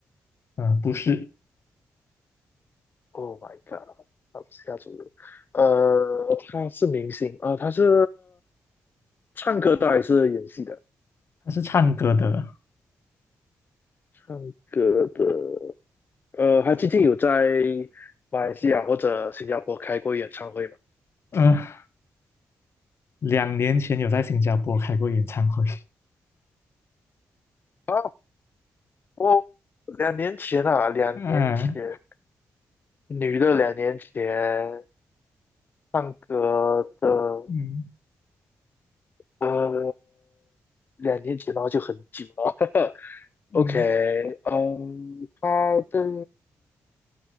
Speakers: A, on the left; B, on the left.
A: 嗯，呃不是，
B: Oh my god，他不是亚洲人，呃，他是明星，呃，他是唱歌的还是演戏的？
A: 她是唱歌的。
B: 唱歌的，呃，他最近有在马来西亚或者新加坡开过演唱会吗？
A: 嗯、呃，两年前有在新加坡开过演唱会。
B: 啊，我两年前啊，两年前，
A: 嗯、
B: 女的两年前唱歌的，
A: 嗯
B: 呃，两年前然后就很久了。<laughs>
A: 嗯，
B: OK，嗯，她的